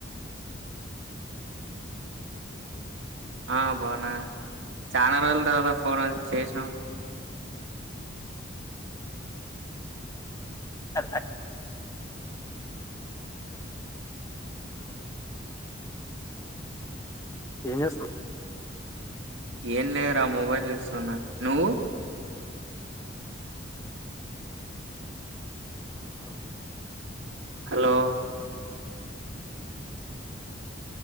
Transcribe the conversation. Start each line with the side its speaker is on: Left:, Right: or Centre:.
Right: ఆ బాగునా చానా రోజుల తర్వాతా ఫోన్ చేసినవే
Left: అర ఏం చేస్తున్నావ్
Right: ఏమ్ లేయరా మొబైల్ చూస్తూన్న నువ్వు
Left: హలో
Right: హలో